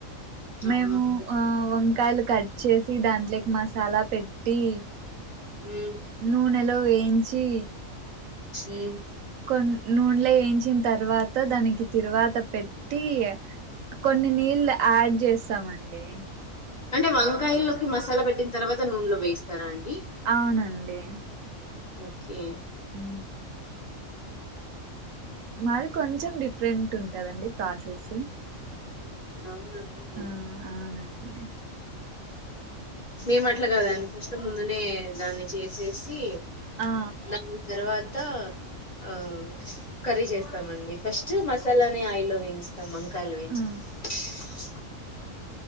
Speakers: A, on the left; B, on the right.
A: అవునా
B: మేము
A: అండి
B: ఆ వంకాయలు కట్ చేసి దాంట్లోకి మసాలా పెట్టి
A: మ్మ్
B: నూనెలో వేయించి
A: ఉం
B: కొన్ నూన్ల వేయించిన తర్వాత దానికి తిరువాత పె ట్టి కొన్ని నీళ్లు యాడ్ చేస్తామండి
A: అంటే వంకాయ లోకి మసాలా పెట్టిన తర్వాత నూనెలో వేస్తారా అండి
B: అవునండి
A: ఓకే
B: అ మరి కొంచెం డిఫరెంట్ ఉంటందండి ప్రాసెస్
A: అవునా అండి
B: ఆ అవునండి
A: మేము అట్లా కదా అండి ముందునే దాన్ని చేసేసి
B: ఆ
A: దాని తర్వాత ఆ కర్రీ చేస్తామండి ఫస్ట్ మసాలాని ఆయిల్లో వేయి స్తము వంకాయలు వెంచుకున్నాక
B: ఆ